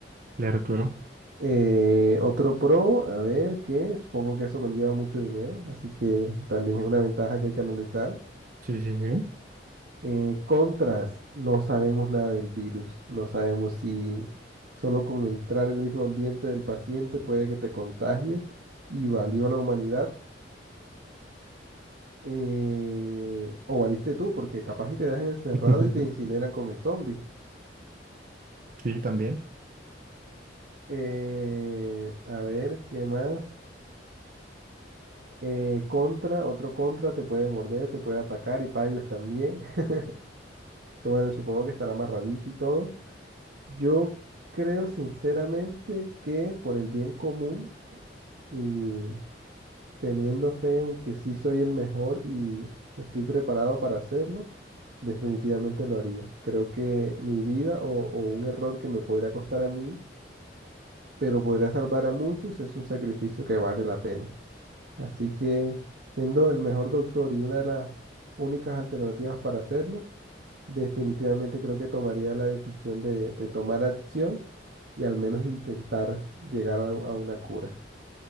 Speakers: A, on the right (about 50°); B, on the right (about 65°).
A: Claro, claro.
B: Eh, otro pro, a ver, que supongo que eso conlleva mucho dinero, así que también es una ventaja que hay que analizar.
A: Sí, sí, sí.
B: Eh, contras, no sabemos nada del virus, no sabemos si solo con entrar en el mismo ambiente del paciente puede que te contagies y valió la humanidad eh, o valiste tú, porque capaz y te dejan encerrado
A: <laughs>
B: y te incineran con el zombie.
A: Sí, también.
B: Eh, a ver, ¿qué más? Eh, contra, otro contra, te puede morder, te puede atacar y pailas también. <laughs> Que bueno, supongo que estará amarradito y todo. Yo creo sinceramente que por el bien común y teniendo fe en que sí soy el mejor y estoy preparado para hacerlo, definitivamente lo haría. Creo que mi vida o, o un error que me podría costar a mí, pero podría salvar a muchos, es un sacrificio que vale la pena. Así que, siendo el mejor doctor y una de las únicas alternativas para hacerlo, definitivamente creo que tomaría la decisión de, de tomar acción y al menos intentar llegar a, a una cura.